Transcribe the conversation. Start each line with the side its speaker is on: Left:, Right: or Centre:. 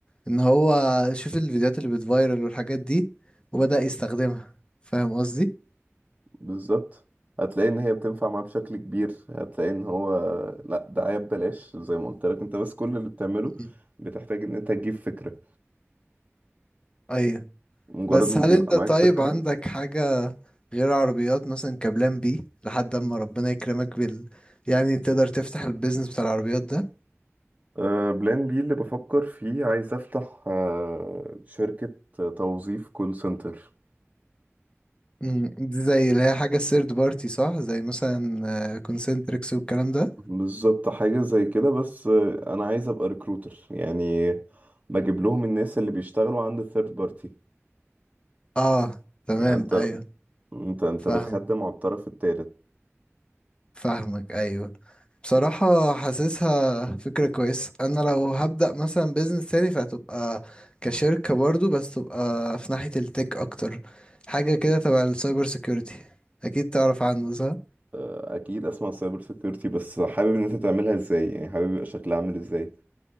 Left: ان هو شوف الفيديوهات اللي بتفايرل والحاجات دي وبدأ يستخدمها فاهم قصدي
Right: بالظبط هتلاقي ان هي بتنفع معاه بشكل كبير هتلاقي ان هو لا دعاية ببلاش زي ما قلت لك انت بس كل اللي بتعمله
Left: مم.
Right: بتحتاج ان انت تجيب فكرة
Left: ايوه
Right: مجرد
Left: بس
Right: ما
Left: هل
Right: بيبقى
Left: انت
Right: معاك
Left: طيب
Right: فكرة
Left: عندك حاجة غير عربيات مثلا كبلان بي لحد اما ربنا يكرمك بال يعني تقدر تفتح البيزنس بتاع العربيات ده
Right: اه، بلان بي اللي بفكر فيه عايز افتح اه، شركة توظيف كول سنتر
Left: مم، دي زي اللي هي حاجة الثيرد بارتي صح زي مثلا كونسنتريكس والكلام ده
Right: بالظبط حاجة زي كده بس آه، أنا عايز أبقى ريكروتر يعني بجيب لهم الناس اللي بيشتغلوا عند الثيرد بارتي
Left: اه تمام
Right: يعني أنت
Left: ايوه
Right: أنت أنت
Left: فاهم
Right: بتخدم على الطرف التالت
Left: فاهمك ايوه بصراحة حاسسها فكرة كويسة انا لو هبدأ مثلا بيزنس تاني فهتبقى كشركة برضو بس تبقى في ناحية التك اكتر حاجة كده تبع السايبر سيكيورتي اكيد تعرف عنه صح
Right: آه، أكيد أسمع سايبر سيكيورتي بس حابب إن أنت تعملها إزاي يعني حابب يبقى شكلها عامل إزاي